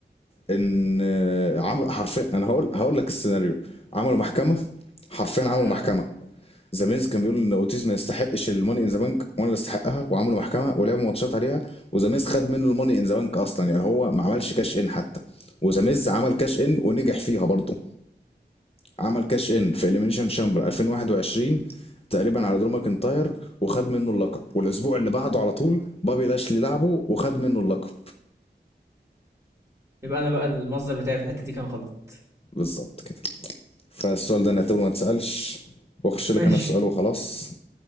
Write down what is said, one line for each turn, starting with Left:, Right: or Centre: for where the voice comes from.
Left: ان آه، عمل حرفيا انا هقول هقول لك السيناريو عملوا محكمه حرفيا عملوا
Right: اه
Left: محكمه زاميز كان بيقول ان اوتيز ما يستحقش الماني ان ذا بانك وانا اللي استحقها وعملوا محكمه ولعبوا ماتشات عليها وزاميز خد منه الماني ان ذا بانك اصلا يعني هو ما عملش كاش ان حتى وزاميز عمل كاش ان ونجح فيها برضه عمل كاش ان في اليمينيشن شامبر 2021 تقريبا على درو ماكنتاير وخد منه اللقب والاسبوع اللي بعده على طول بابي لاشلي لعبه وخد منه اللقب
Right: يبقى انا بقى المصدر بتاعي في الحته دي كان غلط
Left: بالظبط كده فالسؤال ده نعتبره ما اتسألش واخش
Right: ماشي
Left: لك انا في سؤال وخلاص